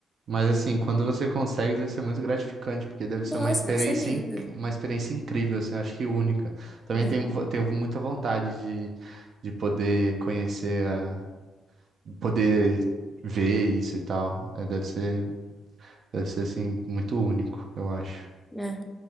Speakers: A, on the right; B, in the centre.
A: mas assim, quando você consegue, deve ser muito gratificante, porque deve
B: Nossa,
A: ser uma experiência,
B: deve ser lindo,
A: inc- uma experiência incrível, assim, eu acho que única. Também
B: né?
A: tenho, vo- tenho muita vontade de, de poder conhecer a, poder ver isso e tal. É, deve ser, deve ser, assim, muito único, eu acho.
B: É.